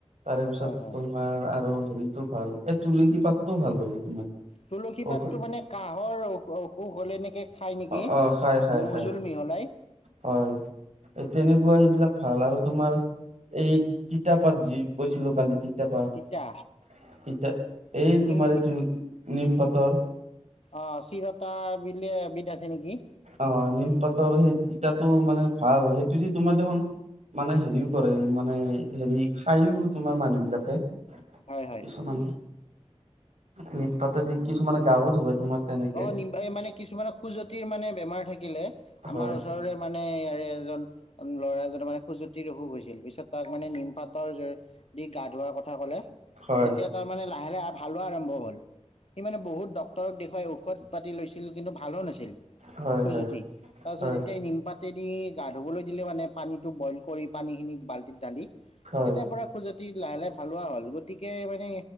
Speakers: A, on the right (about 85°); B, on the left (about 65°).
A: তাৰেপিছত
B: হয় হয়
A: তোমাৰ আৰু হেৰিটো ভাল এই তুলসী পাতটোও ভাল বোলে তোমাৰ।
B: তুলসী পাতটো
A: ঔষধ
B: মানে কাহৰ অ অসুখ হলে এনেকে খায় নেকি?
A: অ অ খাই খাই
B: মৌজোল
A: খাই
B: মিহলাই।
A: হয় এই তেনেকুৱা সেইবিলাক ভাল আৰু তোমাৰ এই তিতাপাত যি কৈছিলো কালি ইতাপাত
B: তিতা
A: তিতা এই
B: নিম
A: তোমাৰ এইটো নিমপাতৰ
B: অঁ চিৰতা বুলি এবিধ আছে নেকি?
A: অ নিম পাতৰ সেই তিতাটো মানে ভাল, সেইটো দি তোমাৰ দেখোন মানে হেৰিও কৰে মানে হেৰি খায়ও তোমাৰ মানুহ বিলাকে।
B: হয় হয়
A: কিছুমানে নিম পতেদি কিছুমানে গাও ধুুৱে তোমাৰ। তেনেকে
B: অ নিম এই মানে কিছুমান খুজতিৰ মানে বেমাৰ থাকিলে আমাৰ
A: হয়
B: ওচৰৰে মানে ইয়াৰে এজন ল'ৰা এজনৰ মানে খুজুৱতি অসুখ হৈছিল পিছত তাক মানে নিমপাতৰ দি গা ধোৱাৰ কথা কলে
A: হয়
B: তেতিয়া তাৰ মানে লাহে লাহে ভালো হোৱা আৰম্ভ হল সি মানে বহুত ডক্তৰক দেখুৱাইও ঔষধ পাতি লৈছিল কিন্তু ভালো নাছিল
A: হয়
B: খোজতি
A: হয়
B: তাৰপিছত
A: হয়
B: যেতিয়া নিমপাত পাতে দি গা ধুবলৈ দিলে মানে পানীটো বইল কৰি পানীখিনি বাল্টীত ঢালি
A: হয়
B: তেতিয়া পৰা খজুৱতি লাহে লাহে ভালো হোৱা হ'ল গতিকে মানে